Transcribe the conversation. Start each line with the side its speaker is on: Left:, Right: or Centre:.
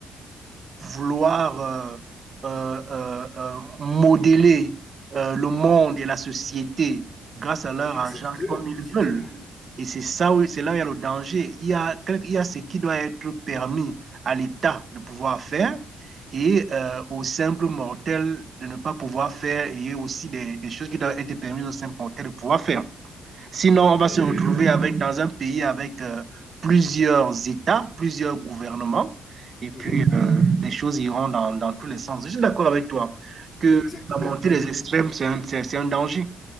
Right: vouloir euh, euh, euh, euh, modeler euh, le monde et la société grâce à leur
Left: mais exactement,
Right: argent comme ils
Left: c'est
Right: veulent.
Left: clair,
Right: Et c'est ça où, c'est là où il y a le danger. Il y a, quel- il y a ce qui doit être permis à l'État de pouvoir faire et euh, aux simples mortels de ne pas pouvoir faire et aussi des, des choses qui doivent être permises aux simples mortels de pouvoir faire. Sinon, on
Left: mais
Right: va se
Left: exactement.
Right: retrouver avec, dans un pays avec euh, plusieurs États, plusieurs gouvernements, et puis
Left: Mhm, mhm.
Right: euh, les choses iront dans, dans tous les sens. Je suis d'accord avec toi que
Left: Mais exactement.
Right: la montée
Left: Et.
Right: des extrêmes, c'est un, c'est- c'est un danger.